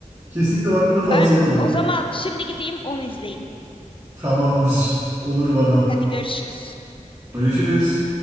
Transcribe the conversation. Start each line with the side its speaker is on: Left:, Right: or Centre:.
Right: Kesinlikle bakmanı tavsiye
Left: Ben
Right: ederim.
Left: o zaman şimdi gideyim onu izleyeyim.
Right: Tamamdır. Olur bana.
Left: Hadi görüşürüz.
Right: Görüşürüz.